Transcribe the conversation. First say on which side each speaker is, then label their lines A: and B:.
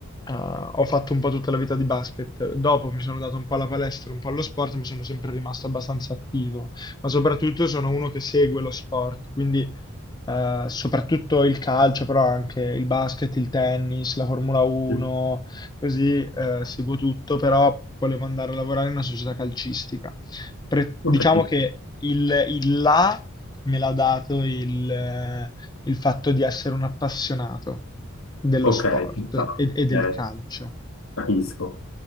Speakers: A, on the left; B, on the left.
A: ho fatto un po' tutta la vita di basket. Dopo mi sono dato un po' alla palestra, un po' allo sport, ma sono sempre rimasto abbastanza attivo. Ma soprattutto sono uno che segue lo sport, quindi eh, soprattutto il calcio, però anche il basket, il tennis, la Formula 1
B: Mm.
A: così eh, seguo tutto, però volevo andare a lavorare in una società calcistica. Pre- diciamo
B: Ok,
A: che il, il là me l'ha dato il, eh, il fatto di essere un appassionato dello
B: ok,
A: sport
B: ci sta,
A: e, e del
B: eh,
A: calcio.
B: capisco.